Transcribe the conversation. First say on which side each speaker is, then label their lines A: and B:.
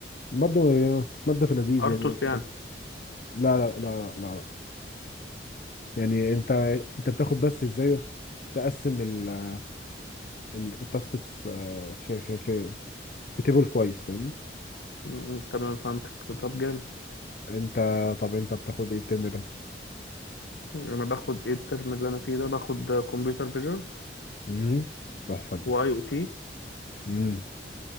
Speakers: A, on the left; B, on the left.
A: برضه هي ماده في لذيذ
B: ارتوس
A: يعني
B: يعني
A: لا لا لا لا لا لا. يعني انت انت بتاخد بس ازاي تقسم ال- ال- التاسكس آه، في في في في تيبل كويس فاهمني
B: مم. تمام فهمتك طب جامد
A: انت طب انت بتاخد ايه الترم ده
B: انا باخد ايه الترم اللي انا فيه ده باخد كمبيوتر فيجن
A: امم تحفه دي
B: واي او تي
A: امم